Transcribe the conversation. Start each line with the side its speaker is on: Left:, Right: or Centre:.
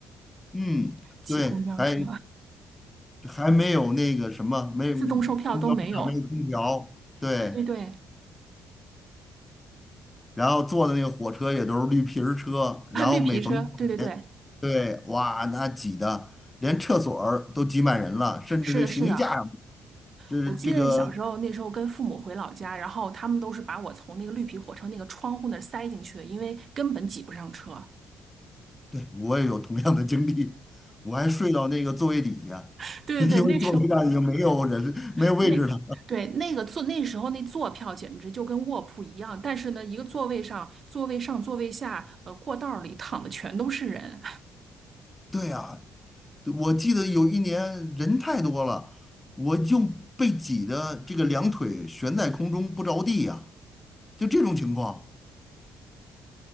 Left: 嗯，
Right: 挤公交车，
Left: 对，还还没有那个什么，没
Right: 自动售票都没有。
Left: 空调车上没有空调，对，
Right: <laughs> 对对对，
Left: 然后坐的那个火车也都是绿皮儿车，
Right: <laughs>
Left: 然后每逢过年，
Right: 啊绿皮车 <laughs>，对对对，
Left: 对，哇，那挤的连厕所儿都挤满人了，甚至那行李架。
Right: 是的，是的。
Left: 就是这个
Right: 我记得小时候那时候跟父母回老家，然后他们都是把我从那个绿皮火车那个窗户那儿塞进去的，因为根本挤不上车。
Left: 对，我也有同样的经历，我还睡到那个座位底下，
Right: <laughs> 对对对，
Left: <laughs> 因为座位上已经没有人，
Right: 那时候
Left: 没有位置了。
Right: 那对那个坐那时候那坐票简直就跟卧铺一样，但是呢，一个座位上、座位上、座位下，呃，过道儿里躺的全都是人。
Left: 对呀，我记得有一年人太多了，我就被挤得这个两腿悬在空中不着地呀、就这种情况，